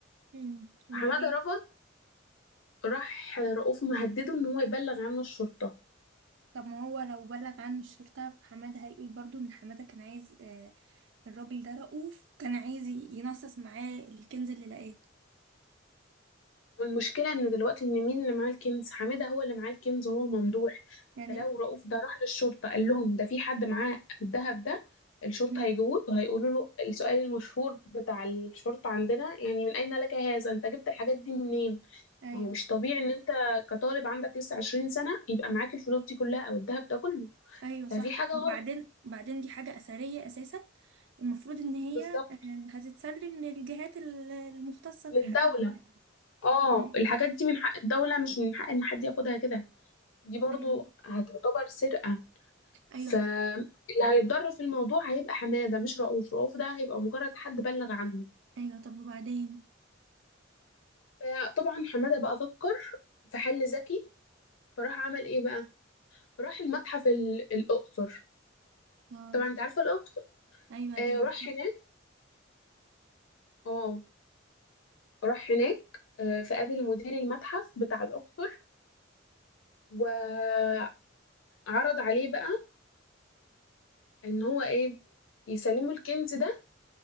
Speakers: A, on the right; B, on the left.
A: أمم، وبعدين
B: فحمادة رفض راح رؤوف مهدده ان هو يبلغ عنه الشرطة
A: طب ما هو لو بلغ عن الشرطة فحمادة هيقول برضو ان حمادة كان عايز آه الراجل ده رؤوف كان عايز ي- ينصص معاه الكنز اللي لقاه
B: والمشكلة ان دلوقتي ان مين اللي معاه الكنز حمادة هو اللي معاه الكنز وهو ممدوح
A: يعني
B: فلو رؤوف ده راح للشرطة قال لهم ده في حد معاه الذهب ده الشرطة
A: م-
B: هيجوه وهيقولوا له السؤال المشهور بتاع الشرطة عندنا يعني من أين لك هذا انت جبت الحاجات دي منين
A: ايوه
B: ما هو مش طبيعي ان انت كطالب عندك لسه 20 سنة يبقى معاك الفلوس دي كلها او الذهب ده كله
A: ايوه صح
B: ففي حاجة
A: وبعدين
B: غلط
A: وبعدين دي حاجة أثرية أساسا المفروض ان هي
B: بالظبط
A: آه هتتسلم للجهات ال- المختصة
B: للدولة
A: بالحاجات دي
B: اه
A: م.
B: الحاجات دي من حق الدولة مش من حق ان حد ياخدها كده دي برضو
A: ايوه
B: هتعتبر سرقة
A: ايوه
B: فاللي
A: فاهم
B: هيتضرر في الموضوع هيبقى حماده مش رؤوف رؤوف ده هيبقى مجرد حد بلغ عنه
A: ايوه طب وبعدين
B: فطبعا حماده بقى فكر في حل ذكي فراح عمل ايه بقى راح المتحف ال- الاقصر
A: اه
B: طبعا انت عارفه الاقصر
A: ايوه
B: آه
A: دي
B: راح
A: صح
B: هناك اه راح هناك آه فقابل مدير المتحف بتاع الاقصر وعرض عليه بقى ان هو ايه يسلمه الكنز ده